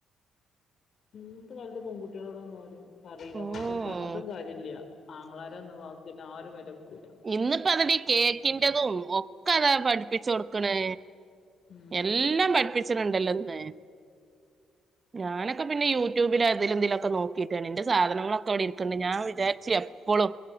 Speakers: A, on the left; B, on the right.
A: ഇന്നത്തെ കാലത്ത് പെൺകുട്ട്യേളോടൊന്നും ആരും പറീല
B: ഉം
A: പറഞ്ഞ്ട്ടും കാര്യല്ല ആങ്ങളാരന്ന വാ ക്കിനാരും വെലക്കൂല
B: ഇന്ന്പ്പം അവരീ കേക്കിന്റെതും ഒക്കെ അതാ പഠിപ്പിച്ചോട്ക്ക്ണ്
A: ഉം
B: എല്ലം പഠിപ്പിച്ച്ണ്ണ്ടല്ലോ ഇന്ന് ഞാനൊക്കെ പിന്നെ യൂട്യൂബിൽ അതില്തിലൊക്കെ നോക്കീട്ടെനി ഇന്റെ സാധനങ്ങളെക്കെവിടെ ഇരിക്ക്ണ്ട് ഞാൻ വിചാരിച്ച എ പ്പളും